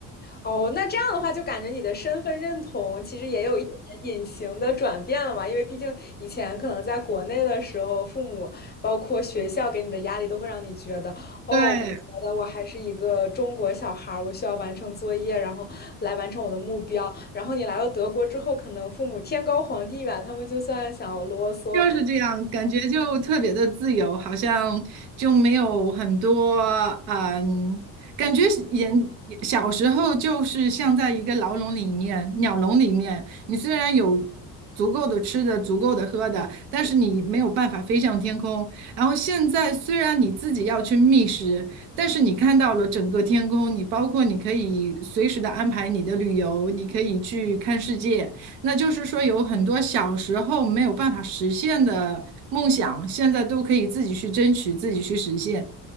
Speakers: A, on the left; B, on the right.
A: 哦，那这样的话，就感觉你的身份认同其实也有一点点隐形的转变了嘛，因为毕竟以前可能在国内的时候，父母包括学校给你的压力，都会让你觉得，哦，
B: 对，
A: 我觉得我还是一个中国小孩儿，我需要完成作业，然后来完成我的目标。然后你来到德国之后，可能父母天高皇帝远，他们就算想啰嗦，
B: 就是这样，感觉就特别的自由，好像就没有很多，嗯，感觉是人小时候就是像在一个牢笼里面、鸟笼里面，你虽然有足够的吃的、足够的喝的，但是你没有办法飞向天空。然后现在虽然你自己要去觅食，但是你看到了整个天空，你包括你可以随时的安排你的旅游，你可以去看世界。那就是说，有很多小时候没有办法实现的梦想，现在都可以自己去争取，自己去实现。